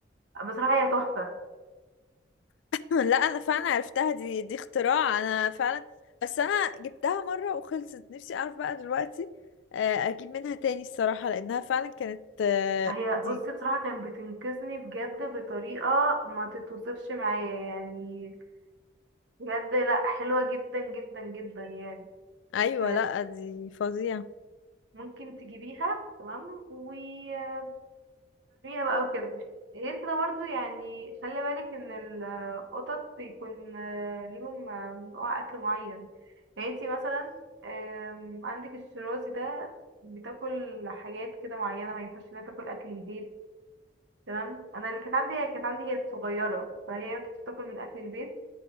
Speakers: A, on the right; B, on the left.
A: بصراحة هي تحفة
B: <laughs> لا انا فعلا عرفتها دي دي اختراع انا فعلا بس انا جبتها مرة وخلصت نفسي اعرف بقى دلوقتي آه، اجيب منها تاني الصراحة لانها فعلا كانت آه،
A: هي
B: دي
A: بصي بصراحة كانت بتنقذني بجد بطريقة ما تتوصفش معايا يعني بجد لا حلوة جدا جدا جدا يعني
B: ايوه
A: ف-
B: لا دي فظيعة
A: ممكن تجيبيها تمام وتستخدميها بقى وكده غير كده برضو يعني خلي بالك ان القطط بيكون آه، ليهم آه، نوع اكل معين يعني انتي مثلا آم، عندك الشرازي ده بتاكل حاجات كده معينة ما ينفعش انها تاكل اكل البيت تمام انا اللي كانت عندي كانت عندي كانت صغيره فهي كانت بتاكل من اكل البيت